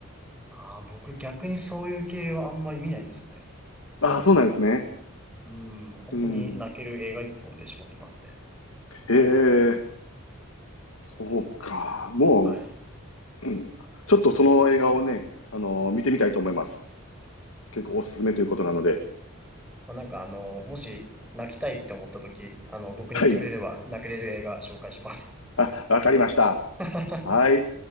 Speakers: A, in the centre; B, on the left.
A: ああ、僕逆にそういう系はあんまり見ないですね。
B: ああ、そうなんですね。
A: うーん、本当に泣ける映画一本で絞ってますね。
B: うん。へえ、そうか。も
A: はい。
B: う、うん、ちょっとその映画をね、あのー見てみたいと思います。結構おすすめということなので。
A: まあ、なんかあの、もし泣きたいって思った時、あの、僕に言ってくれれば泣けれる映画紹介します。
B: はい。あ、わかりました。
A: <laughs>
B: はい。